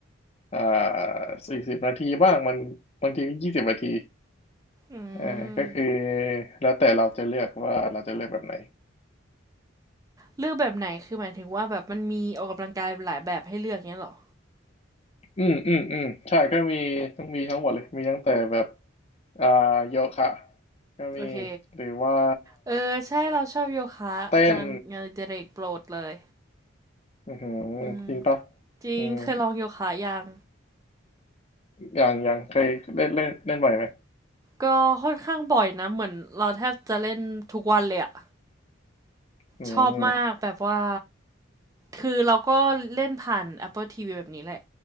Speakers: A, on the left; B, on the right.
A: อ่าสี่สิบนาทีบ้างมันบางทีก็ยี่สิบนาที
B: อื
A: เอาก็คือ
B: ม
A: แล้วแต่เราจะเลือกว่าเราจะเลือกแบบไหน
B: เลือกแบบไหน คือหมายถึงว่าแบบมันมีออกกำลังกายหลายแบบให้เลือกเงี้ยเหรอ
A: อืมอืมอืมใช่ก็มีทั้งมีทั้งหมดเลยมีตั้งแต่แบบอ่าโยคะก็มี
B: โอเค
A: หรือว่า
B: เออใช่เราชอบโยคะงานงานอดิเรกโปรดเลย
A: เต้นอือหือ
B: อืม
A: จริงปะ
B: จริงเคยลองโยคะยัง
A: อืมอย่างอย่างเคยเล่นเล่นเล่นบ่อยไหม
B: ก็ค่อนข้างบ่อยนะเหมือนเราแทบจะเล่นทุกวันเลยอะ
A: อืม
B: ชอบมากแบบว่า คือเราก็เล่นผ่าน Apple TV แบบนี้แหละ